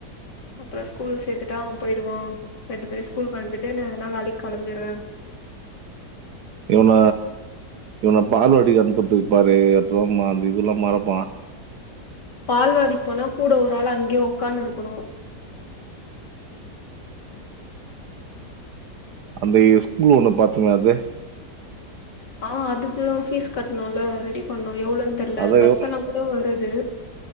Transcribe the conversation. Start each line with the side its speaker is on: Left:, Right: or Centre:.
Left: அப்புற ஸ்கூல் சேத்துட்டா அவன் போயிடுவா ரெண்டு பேரையு ஸ்கூலுக்கு அனுப்பிட்டு நா எனா வேலைக்கு கிளம்பிடுவே
Right: இவன இவன பால்வாடிக்கு அனுப்பு பி பாரு அப்பதா ம அந்த இதுல்லா மறப்பா
Left: பால்வாடிக் போனா கூட ஒரு ஆள் அங்கயே ஒக்காந்து இருக்கணு
Right: அந்த இ ஸ்கூல் ஒண்ணு பாத்துமே அது
Left: ஆ அதுக்கு ஃபீஸ் கட்ணுல ரெடி பண்ணு எவ்ளோன்னு தெர்ல
Right: அது
Left: பஸ்
Right: எவ்வளவு
Left: எல்லா கூட வருது